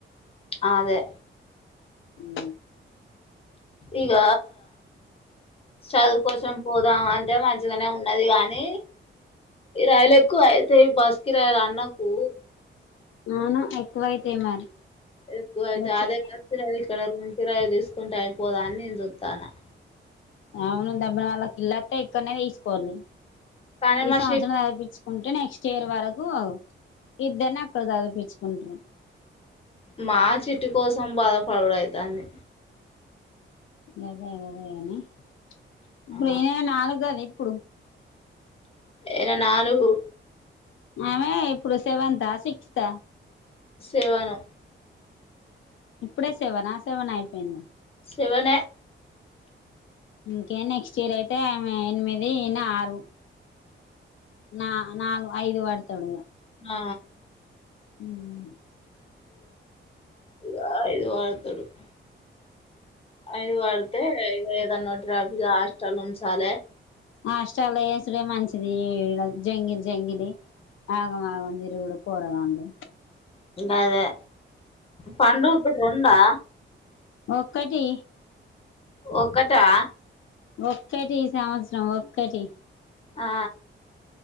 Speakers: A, on the left; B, on the left.
A: అదే
B: మ్
A: ఇక చదువు కోసం పోదాం అంటే మంచిగానే ఉన్నది కాగానీ ఈ రయలకు అయితే ఈ బస్కి రయలు అన్నకు
B: నను ఎక్కువైతే మరి
A: ఎక్కువయితే
B: బొచ్చెడు
A: అదే వ అడ ఉంతరాయిది చూసుకుంటూ అయిపోదా అని నేను చూస్తున్న
B: అవును దబ్బిన వాళ్ళకిిళ్లస్త ఇక్కడనే తీసుకోవాలి
A: కానీ
B: ఈ
A: మా
B: సంవత్సరా
A: చిట్టి
B: చదివి ఉంటే నెక్స్ట్ ఇయర్ వరకు ఇద్దేనే అకదు అద పిచ్చ కొండ
A: మా చెట్టు కోసం బాధ పడవుడ అవుతంది
B: గదే గదేగానే ఇప్పుడునే
A: ఆ
B: నాలుగు అది కుప్పుడు
A: ఏ నాలుగు
B: ఆమెఇప్పుడు సేవంత శిక్షిత
A: సేవను
B: ఇప్పుడే సేవన్ ఆ సేవన్ అయిపోయింది
A: సివన
B: ఇంకే నెక్స్ట్ ఇయర్ అయితే ఎనిమిది ఆరు నా నాలుగు ఐదు వాడు తడుగా
A: ఆ
B: మ్
A: ఇది ఇది వళత ఎడుకు అఐది వాడుతే ఇ ఏదా నో విగా హాస్టల్ ఉంచాలి
B: ఆ అష్ట అలాేసుడే మంచిది ఇ జంగిల్ జంగిలి ఆగ ఆగ నిరుగుడు కూరగాడి
A: అ అదే పండువుఊతుడు రెండా
B: ఒక్కటీ
A: ఒకటా
B: ఒక్కటి సంవత్సరం ఒక్కటి
A: ఆ